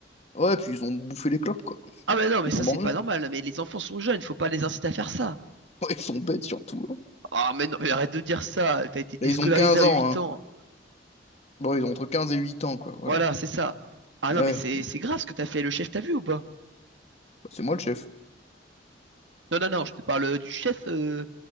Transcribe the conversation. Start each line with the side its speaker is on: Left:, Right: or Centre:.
Left: Ouais, puis ils ont bouffé les clopes, quoi.
Right: Ah mais non, mais
Left: Ils
Right: ça
Left: ont
Right: c'est
Left: mangé.
Right: pas normal.
Left: <laughs>
Right: Mais les enfants sont jeunes, faut pas les inciter à faire ça.
Left: Ouais, ils sont bêtes, surtout. hein.
Right: Ah mais non, mais arrête de dire ça. T'as été déscolarisé
Left: Là, ils ont 15
Right: à
Left: ans,
Right: 8
Left: hein.
Right: ans.
Left: Bon, ils ont entre 15 et 8 ans, quoi, voilà.
Right: Voilà, c'est ça. Ah non,
Left: Ouais,
Right: mais c'est c'est grave ce que t'as fait. Le chef t'a vu ou pas?
Left: Bah, c'est moi le chef.
Right: Non, non, non, je te parle euh, du chef euh,